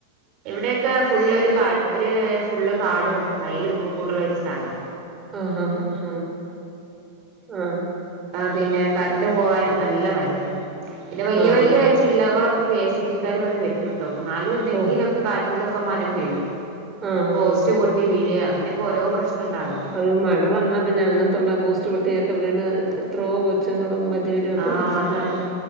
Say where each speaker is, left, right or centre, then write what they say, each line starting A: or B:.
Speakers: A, on the right; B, on the right.
A: എവിടെയൊക്കെ ഫുള്ളൊരു കാട്ട് ഒരു ഫുള്ള് കാടും വയലു ഒക്കെ കൂടെള്ള ഒരു സ്ഥലാ.
B: ആഹ ഹഹ ആഹ്.
A: ആഹ് പിന്നെ കരണ്ട്പോവാൻ നല്ല പണിയ പിന്നെ വല്യ
B: ആഹ്
A: വല്യ. ചില്ലകളൊക്കെ കെ സി ബിക്കാര് വന്ന് വെട്ടുട്ടോ ന്നാലു എന്തെങ്കിലൊക്കെ
B: ഓഹ്
A: കാറ്റിലൊക്കെ മരം വീഴും.
B: ആഹ്
A: പോസ്റ്റ് പൊട്ടി വീഴെ അങ്ങനെയൊക്കെഓരോ പ്രശ്നണ്ടാവല്.
B: അത് മഴ വന്നാ പിന്നെ അങ്ങനത്തുള്ള പോസ്റ്റ് പെട്ടിയൊക്കെ വീണ് എത്രയോ കൊ ച്ച്ങ്ങളും മദ്യപരും ഒക്കെ
A: ആ
B: മരിച്ചിട്ടുണ്ട്
A: അതാണ്